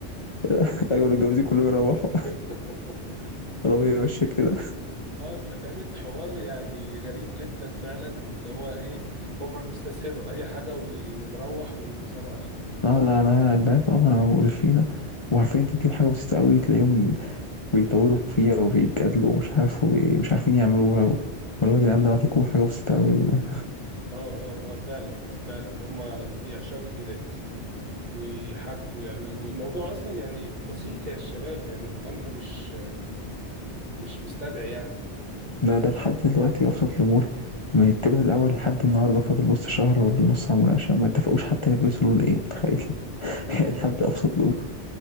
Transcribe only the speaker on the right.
<laughs>
اه فكانت حوار يعني غريب جدا فعلا اللي هو ايه هما بيستسهلوا اي حاجه وي- ونروح والسلام عليكم
مم.
اه اه اه فعلا فعلا هما على طول يعشقوا الجدال ويحكوا ويعملوا والموضوع اصلا يعني بسيط يا شباب يعني الامر مش مش مستدعي يعني
تمام